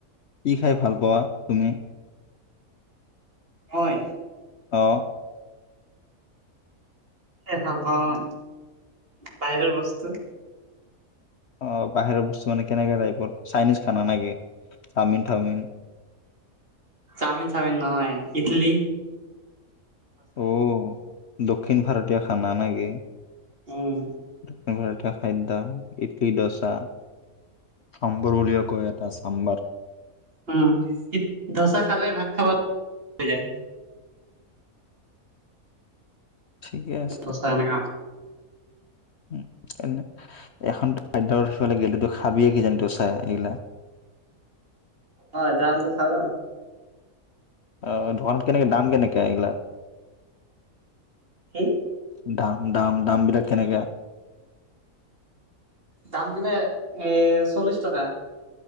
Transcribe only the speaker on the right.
মই!
এ ভাল পাওঁ বাহিৰৰ বস্তু।
চাওমিন- চাওমিন নহয়, ইটলি।
উম।
উম, ই ডচা খালে ভাত খাব যায়।
ডচা এনেকা।
অঁ, যামটো খাব।
কি?
দাম বিলাক এ চল্লিছ টকা।